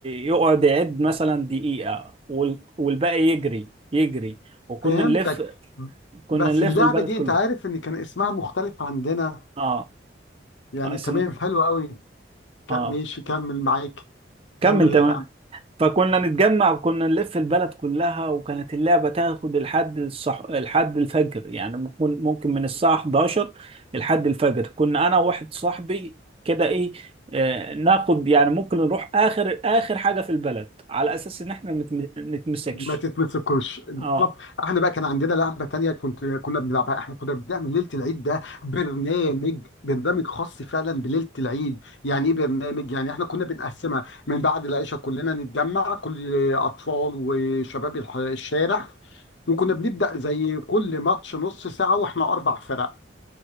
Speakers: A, on the right; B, on the left.
A: يقعد يعد مثلا
B: آه.
A: دقيقة وال- والباقي يجري يجري وكنا
B: فهمتك
A: نلف كنا
B: بس
A: نلف
B: اللعبة
A: البلد
B: دي
A: كلها
B: أنت عارف إن كان اسمها مختلف عندنا
A: اه
B: يعني
A: آه، اسم
B: تمام حلو قوي
A: اه
B: ك- ماشي كمل معاك
A: كمل
B: كمل
A: تمام فكنا نتجمع وكنا نلف البلد كلها وكانت اللعبة تاخد لحد الصح... لحد الفجر يعني ممكن ممكن من الساعة 11 لحد الفجر كنا أنا وواحد صاحبي كده إيه آه ناخد يعني ممكن نروح آخر آخر حاجة في البلد على أساس إن إحنا نتم... نتمسكش
B: ما تتمسكوش بالظبط
A: أه
B: احنا بقى كان عندنا لعبه تانية كنت كنا بنلعبها احنا كنا بنعمل ليله العيد ده برنامج برنامج خاص فعلا بليله العيد يعني ايه برنامج يعني احنا كنا بنقسمها من بعد العشاء كلنا نتجمع كل اطفال وشباب الح- الشارع وكنا بنبدا زي كل ماتش نص ساعه واحنا اربع فرق